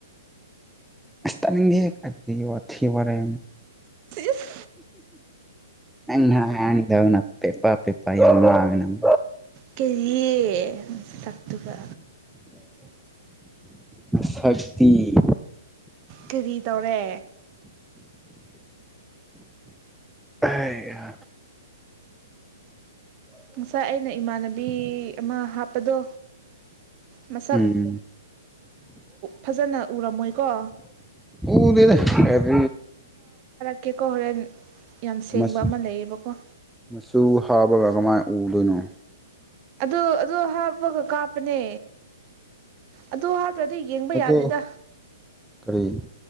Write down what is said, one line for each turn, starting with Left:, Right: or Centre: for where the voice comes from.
Centre: <inaudible> ꯑꯦ ꯑꯗꯨꯗꯤ ꯋꯥꯊꯤ ꯋꯥꯔꯦꯝ
Right: ꯏꯁ
Centre: ꯅꯪꯅ ꯑꯉꯥꯡꯗꯧꯅ ꯄꯦ ꯄꯥ ꯄꯦ ꯄꯥ ꯌꯥꯝ ꯉꯥꯡꯉꯦ ꯅꯪ
Right: ꯀꯔꯤ ꯁꯛꯇꯨꯒ
Centre: ꯁꯛꯇꯤ
Right: ꯀꯔꯤ ꯇꯧꯔꯦ
Centre: ꯑꯁ
Right: ꯉꯁꯥꯏ ꯑꯩꯅ ꯏꯃꯥꯟꯅꯕꯤ ꯑꯃ ꯍꯥꯞꯄꯗꯣ ꯃꯁꯛ
Centre: ꯎꯝ
Right: ꯐꯖꯅ ꯎꯔꯝꯃꯣꯏꯀꯣ
Centre: ꯎꯗꯦꯗ <unintelligible>
Right: ꯀꯦꯀꯣ ꯍꯣꯔꯦꯟ ꯌꯥꯝ ꯁꯦꯡꯕ
Centre: ꯃꯆꯨ
Right: ꯑꯃ ꯂꯩꯌꯦꯕꯀꯣ
Centre: ꯃꯆꯨ ꯍꯥꯕꯒ ꯀꯃꯥꯏꯅ ꯎꯗꯣꯏꯅꯣ
Right: ꯑꯗꯨ ꯑꯗꯨ ꯍꯥꯞꯄꯒ ꯀꯥꯞꯄꯅꯦ ꯑꯗꯨ ꯍꯥꯞꯇ꯭ꯔꯗꯤ ꯌꯦꯡꯕ
Centre: ꯑꯗꯣ
Right: ꯌꯥꯗꯦꯗ
Centre: ꯀꯔꯤ